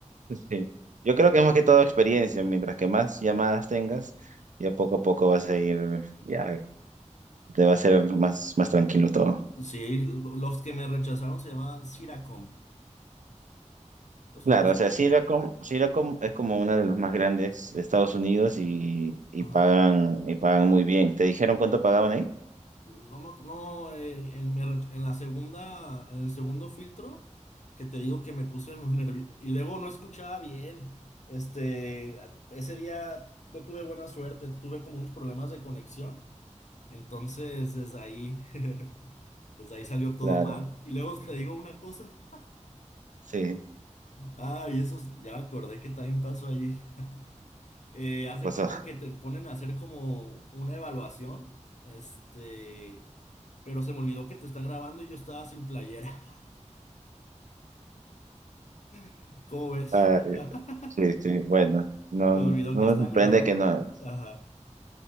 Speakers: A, on the right; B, on the left.
A: Sí. Yo creo que es más que todo experiencia, mientras que más llamadas tengas, ya poco a poco vas a ir, ya te va a ser más, más tranquilo todo.
B: Sí, lo- los que me rechazaron se llamaban Siracom. ¿Los
A: Claro,
B: conoces?
A: o sea, Syracom, Syracom es como una de las más grandes de Estados Unidos y, y
B: Ajá.
A: pagan, y pagan muy bien. ¿Te dijeron cuánto pagaban ahí?
B: No, me ac- no eh, en, me rech- en la segunda, en el segundo filtro, que te digo que me puse <laughs> muy nervioso. Y luego no escuchaba bien. Este, a- ese día no tuve buena suerte, tuve como unos problemas de conexión. Entonces, desde ahí, <laughs> desde ahí salió todo
A: Claro,
B: mal. Y luego te digo una cosa.
A: sí,
B: Ah, y eso, es- ya me acordé que también pasó ahí. <laughs> Eh, haz de
A: pues,
B: cuenta
A: ah,
B: que te ponen a hacer como una evaluación, este, pero se me olvidó que te están grabando y yo estaba sin playera. <laughs> ¿Cómo ves?
A: ah,
B: <laughs>
A: sí, sí, bueno, no,
B: Se me olvidó
A: no
B: que estaban
A: me sorprende
B: grabando.
A: que no,
B: Ajá.